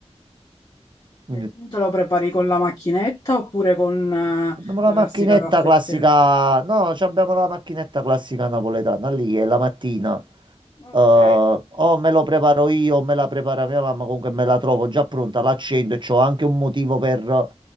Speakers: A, on the right; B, on the left.
A: Quindi
B: E tu te lo prepari con la macchinetta oppure con eh,
A: abbiamo la
B: la
A: macchinetta
B: classica caffettiera?
A: classica, no, ci abbiamo la macchinetta classica napoletana lì, è la mattina.
B: Ok,
A: Eh, o me lo preparo io, o me la prepara mia mamma, comunque me la trovo già pronta, l'accendo e c'ho anche un motivo per